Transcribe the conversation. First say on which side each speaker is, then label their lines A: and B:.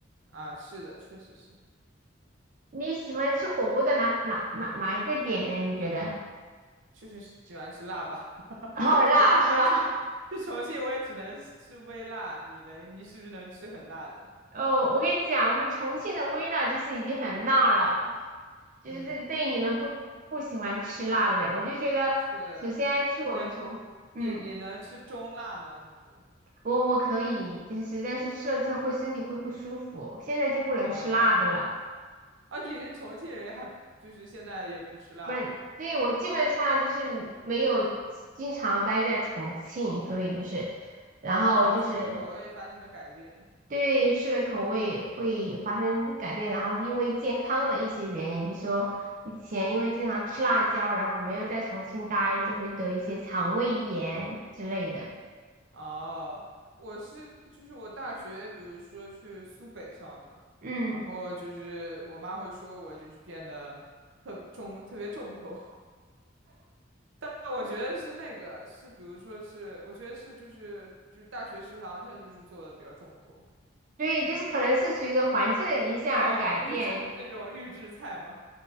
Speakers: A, on the right; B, on the right.
A: 啊。是的，确实是，
B: 你喜欢吃火锅的哪哪哪哪一个点呢？你觉得？
A: 确实是喜欢吃辣吧。<laughs>
B: 哦，辣是吧？
A: 不过再去去重庆，我也只能吃微辣。你嘞？你是不是能吃很辣的？
B: <laughs> 哦，我跟你讲，我们重庆的微辣就是已经很辣了，就是这对于你们不不喜欢吃辣的人，
A: 嗯，
B: 我就觉得首先去我们重。
A: 是。能你你能吃中辣吗？
B: 嗯。
A: 这种
B: 我我可以，就是但是吃了之后会身体会不舒服，现在就不能吃辣的了，
A: 啊啊，你是重庆人还就是现在也不吃辣了
B: 不然，对，我基本上就是没有经常待在重庆，所以就是，然后就是
A: 啊？就是口味发生了改变。
B: 对吃的口味会发生改变，然后因为健康的一些原因，比如说以前因为经常吃辣椒，然后没有在重庆待，就会得一些肠胃炎之类的，
A: 啊，我是就是我大学，比如说去苏北上的，
B: 嗯，
A: 然后就是我妈会说我就是变得特别重，特别重口，<laughs> 但我觉得是那个是，比如说是，我觉得是就是就是大学食堂它就是做的比较重口，
B: 所以就是可能是随着环境的影响而改变。
A: 就是放预制那种预制菜嘛。